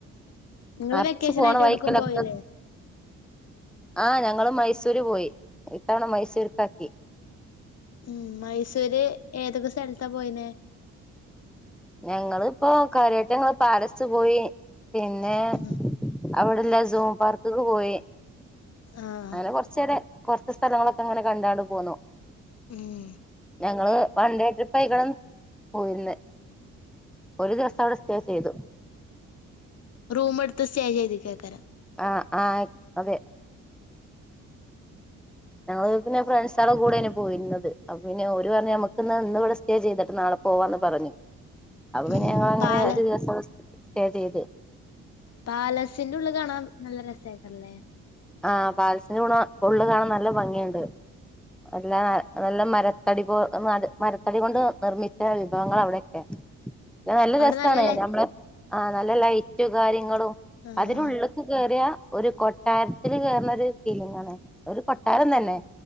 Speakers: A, on the left; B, in the centre.
A: നിങ്ങള്
B: അർച്ച്പോണവൈക്കലൊക്കെ
A: വെക്കേഷൻ ആയിട്ട് എവിടുക്കും പോയില്ലേ
B: ആഹ് ഞങ്ങള്മൈസൂര്പോയി ഇത്തവണമൈസൂര്ക്കാക്കി.
A: ഉം, മൈസൂര് ഏതൊക്കെ, സ്ഥൽത്ത പോയീനേ?
B: ഞങ്ങള്പ്പോ കാര്യായിട്ടങ്ങള് പാലസ്പോയി. പിന്നേ,
A: ഉം
B: അവിടെള്ള സൂം പാർക്ക്ക്ക് പോയി.
A: ആഹ്
B: അങ്ങനെ കൊറച്ചേരെ കൊറച്ച് സ്ഥലങ്ങളൊക്കെ അങ്ങനെ കണ്ടാണ്ട് പോന്നു.
A: ഉം
B: ഞങ്ങള് വൺഡേട്രിപ്പ് ആയിക്കണ് പോയിര്ന്നേ. ഒര് ദിവസം അവ്ടെ സ്റ്റേ ചെയ്തു.
A: റൂമ്ട്ത്ത് സ്റ്റേ ചെയ്തിക്കേക്കാരം.
B: ആഹ്, ആഹ് അതെ. ഞങ്ങള് പിന്നെ ഫ്രണ്ട്സളെ കൂടെനി പോയിര്ന്നത്. അപ്പ പിന്നെ ഓര് പറഞ്ഞി നമ്മക്കിന്ന് ഇന്ന്വ്ടെ സ് സ്റ്റേ ചെയ്തിട്ട് നാളെ പോവാന്ന് പറഞ്ഞ്. അപ്പൊ പിന്നെ
A: ഉം
B: ഞങ്ങളങ്ങനെ
A: പാല
B: അഞ്ച് ദിവസം അവിടെ സ്റ്റേ ചെയ്ത്.
A: പാലസിന്റുള്ള് കാണാ നല്ല രസയ്ക്കാരല്ലേ?
B: ആഹ് പാലസ്ന്റെ ഉണോ ഉള്ള് കാണാൻ നല്ല ഭംഗിയുണ്ട്. എല്ലാ നല്ലമരത്തടിപോ മര മരത്തടി കൊണ്ട് നിർമ്മിച്ച വിഭവങ്ങള അവിടെ ഒക്കെ. ഇന്നാ നല്ല
A: അവിടെ
B: രസാണ്.
A: ല
B: ഞമ്മള് ആ നല്ല ലൈറ്റ് കാര്യങ്ങളും,
A: ആഹ്
B: അതിനുള്ള് ക്ക് കേറിയ ഒരു കൊട്ടാര്ത്തില് കേറുന്നൊര് ഫീലിംങ്ങാണ് ഒരു കൊട്ടാരം തന്നെ.